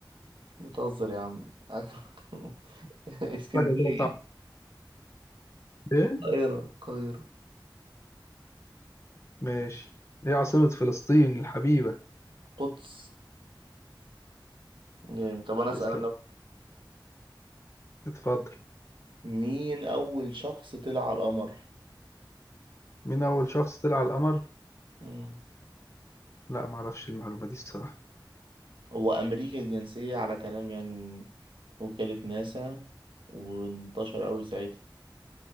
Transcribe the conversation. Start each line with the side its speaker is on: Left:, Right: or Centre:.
Right: بتهزر يا عم <laughs> اسكندرية
Left: حاجة كده صعبة ايه؟
Right: القاهرة القاهرة
Left: ماشي ايه عاصمة فلسطين الحبيبة؟
Right: قدس جامد طب أنا أسأل
Left: تسلم
Right: أنا
Left: اتفضل
Right: مين أول شخص طلع على القمر؟
Left: مين أول شخص طلع على القمر؟
Right: مم.
Left: لا معرفش المعلومة دي الصراحة
Right: هو أمريكا الجنسية على كلام يعني وكالة ناسا وانتشر أوي ساعتها